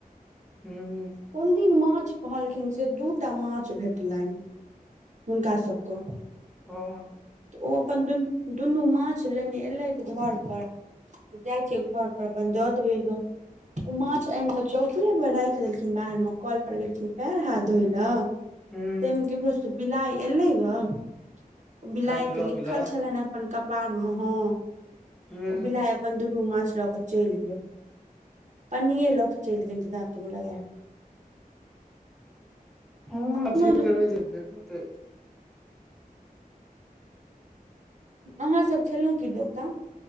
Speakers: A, in the centre; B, on the right (about 55°).
A: हूं
B: कोन दिन माछ कहलखिन से दू टा माछ भेटलनि हुनका सभकऽ
A: <unintelligible>
B: तऽ ओ अपन दुनू दुनू माछ लेने एलथि घर पर त जाइ छी घर पर अपन दऽ देबै गऽ ओ माछ आनि कऽ चौकियए पर राखि देलखिन बाहर मे कल पर गेलखिन पैर हाथ धोइ लेल
A: हूं
B: तैमे <unintelligible> बिलाइ एलै गऽ ओ
A: उठा
B: बिलाइके
A: कऽ लऽ
B: लिखल
A: गेलै
B: छलनि अपन कपारमऽ हँ
A: हूं
B: ओ बिलाइ अपन दुनू माछ लोके चलि गेल पनीये लऽ कऽ चलि गेल दाँतमे लगा कऽ
A: <unintelligible>
B: कऽ अखनो जे अहाँ सभ खेलहुं की डोका